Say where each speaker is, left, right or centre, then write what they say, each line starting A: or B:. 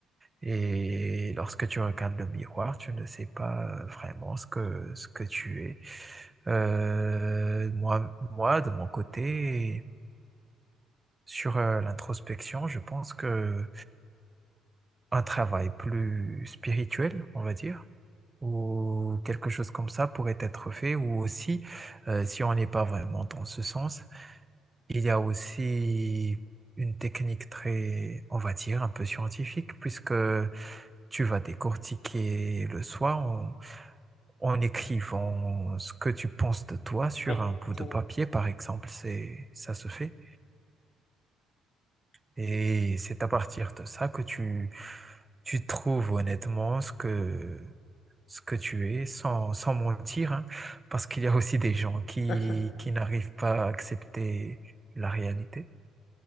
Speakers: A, on the right; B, on the left.
A: Et lorsque tu regardes le miroir, tu ne sais pas euh, vraiment ce que, ce que tu es. Euh, moi, moi, de mon côté, sur euh, l'introspection, je pense que un travail plus spirituel, on va dire, ou quelque chose comme ça pourrait être fait, ou aussi, euh, si on n'est pas vraiment dans ce sens, Il y a aussi une technique très, on va dire, un peu scientifique, puisque tu vas décortiquer le soir en, en écrivant ce que tu penses de toi sur
B: ouais,
A: un bout
B: c'est
A: de papier,
B: vrai.
A: par exemple. C'est, ça se fait. Et c'est à partir de ça que tu, tu trouves honnêtement ce que, ce que tu es, sans, sans mentir, hein, parce qu'il y a aussi des gens qui,
B: Mhm.
A: qui n'arrivent pas à accepter la réalité.